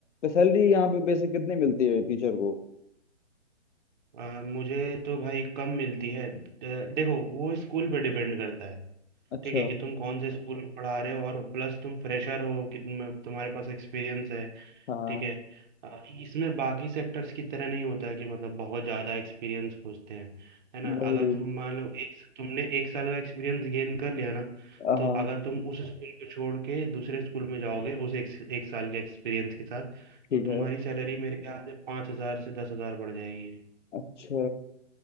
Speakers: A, on the left; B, on the right.
A: सैलरी यहाँ पे बेसिक कितनी मिलती है टीचर को
B: अ, मुझे तो भाई कम मिलती है अ, देखो वो स्कूल पे डिपेंड करता है
A: अच्छा
B: ठीक है कि तुम कौन से स्कूल में पढ़ा रहे हो और प्लस तुम फ्रेशर हो कि तुम तुम्हारे पास एक्सपीरियंस है
A: हाँ
B: ठीक है अ, इसमें बाकी सेक्टर्स की तरह नहीं होता है कि मतलब बहुत ज़्यादा एक्सपीरियंस खोजते हैं है ना
A: वही
B: अगर तुम मान लो एक तुमने एक साल का एक्सपीरियंस गेन कर लिया ना
A: हाँ
B: तो
A: हाँ,
B: अगर तुम उस स्कूल को छोड़ के दूसरे स्कूल में जाओगे उस एक, एक साल के एक्सपीरियंस के साथ
A: ठीक
B: तो तुम्हारी
A: है
B: सैलरी मेरे ख्याल से पाँच हज़ार से दस हज़ार बढ़ जाएगी
A: अच्छा